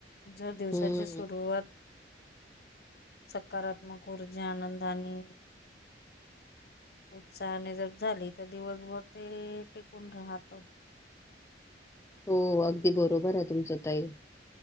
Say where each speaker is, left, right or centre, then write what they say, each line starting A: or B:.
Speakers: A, on the left (about 60°); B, on the left (about 15°).
A: जर दिवसाची
B: हम्म
A: सुरुवात. सकारात्मक ऊर्जा आनंदानी. उत्साहाने जर झाली तर ते दिवस भर ते टिकून राहत.
B: हो अगदी बरोबर आहे तुमचं ताई.